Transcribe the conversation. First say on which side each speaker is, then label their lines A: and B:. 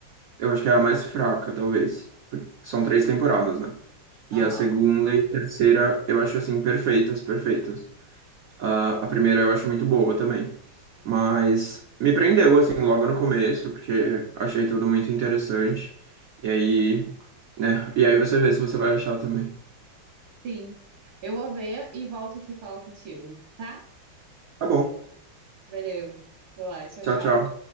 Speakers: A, on the right; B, on the right.
A: eu acho que é a mais fraca, talvez. por- São
B: Hum,
A: três temporadas, né? E
B: aham.
A: a segunda e a terceira, eu acho assim perfeitas, perfeitas. Ah, a primeira eu acho muito boa também. Mas me prendeu assim logo no começo, porque achei tudo muito interessante. E aí, né? E aí você vê se você vai achar também.
B: Sim. Eu vou ver e volto aqui falar contigo, tá?
A: Tá bom.
B: Valeu. Vou lá. Tchau,
A: Tchau,
B: tchau.
A: tchau.